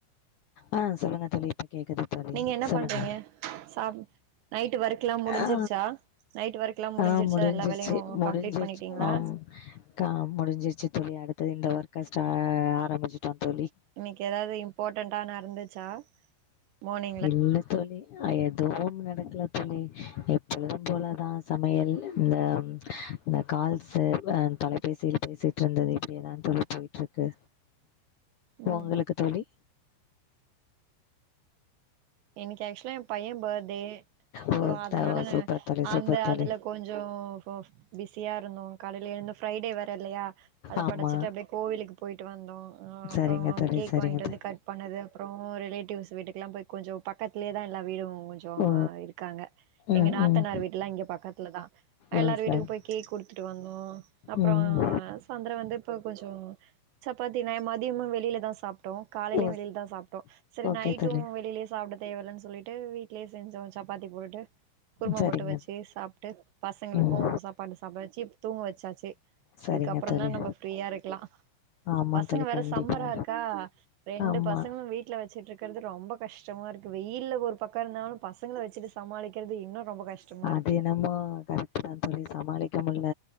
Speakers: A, on the left; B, on the right.
A: ஆ சொல்லுங்க தோழி கேக்குது தோழி
B: நீங்க என்ன
A: சொல்லுங்க
B: பண்றீங்க சாப் நைட்டு ஒர்க்லா முடிஞ்சிருச்சா
A: ஆ
B: நைட் ஒர்க்லா முடிஞ்சிருச்சா
A: ஆ முடிஞ்சிருச்சு
B: எல்லா வேலையு
A: முடிஞ்சிருச்சு
B: கம்ப்ளீட் பண்ணிட்டீங்களா
A: ஆம் கா முடிஞ்சிருச்சு தோழி அடுத்தது இந்த ஒர்க்க ஸ்டா ஆரம்பிச்சிட்டோம் தோழி
B: இன்னைக்கு ஏதாது போட்டடான்னு நடந்துச்சா மார்னிங்ல
A: இல்ல தோழி எதுவும் நடக்கல தோழி எப்பொழுதும் போலாதான் சமையல் இந்த இந்த கால்ஸ் தொலைபேசியில் பேசிட்டு இருந்தது இப்பிடியேதான் தோழி போயிட்டு இருக்கு
B: ம்
A: உங்களுக்கு தோழி
B: எனக்கு ஆக்ஸ் யேன் பையன் பர்த்டே
A: ஓ
B: சோ அதனால
A: த ஓ சூப்பர் தோழி சூப்பர்
B: அந்த
A: தோழி.
B: அதுல கொஞ்சோம் பிஸியா இருந்தோம் காலையில எழுந்து ஃப்ரைடே வேற இல்லையா அது
A: ஆமா.
B: படைச்சிட்டு அப்பிடியே கோவிலுக்கு போயிட்டு வந் லோ ஆஹ்
A: சரிங்க
B: அப்றோம் அவன்
A: தோழி
B: கேக்
A: சரிங்க
B: வாங்கிட்டு
A: தோ
B: வந்து கட் பண்ணது அப்றோம் ரிலேட்டிவ்ஸ் வீட்டுக்கு எல்லாம் போய் கொஞ்சம் பக்கத்துலேயே தா எல்லா வீடும் கொஞ்சம்
A: ஓ
B: இருக்காங்க எங்க
A: ம்
B: நாத்தனார்
A: ம்.
B: வீட்டு எல்லாம் இங்க பக்கத்துல தான்
A: ஓ
B: எல்லார் வீட்டுக்கு
A: சரி
B: போய் கேக் கொடுத்துட்டு வந்தோம் அப்றோம்
A: ம் ம்.
B: சொந்திரம் வந்து இப்ப கொஞ்சோம் சப்பாத்தி நா மதியமும் வெளியில தான் சாப் ட்டோம் காலையிலும்
A: ஓ
B: வெளியில
A: ஸ்
B: தான் சாப்ட்டோம் சரி
A: ஓகே
B: நைட்டும்
A: தோழி.
B: வெளியிலே சாப்ட தேவையில்லைன்னு சொல்லிட்டு வீட்லேயே செஞ்சோம் சப்பாத்தி போட்டுட்டு குருமா
A: சரிங்க.
B: முட்ட வச்சு சாப்ட்டு பசங்களுக்கும்
A: ம்.
B: சாப்பாடு சாப்ட வச்சி தூங்க வெச்சாச்சு
A: சரிங்க
B: இதுக்கப்றன்னா
A: தோழி.
B: நம்ம ஃப்ரீயா இருக்கலா
A: ஆமா
B: பசங்க
A: தோழி
B: வேற
A: கண்டிப்பா.
B: சம்மரா இருக்கா ரெண்டு
A: ஆமா.
B: பசங்களு வீட்ல வச்சிட்ருக்கறது ரொம்ப கஷ் டமாருக்கு வெயில்ல ஒரு பக்கோ இருந்தாலு பசங்கள வச் சிட்டு சமாளிக்கறது இன்னு ரொம்ப கஷ்டமா
A: அது
B: இருக்கு
A: என்னமோ கரெக்ட்டு தா தோழி சமாளிக்க முட்ல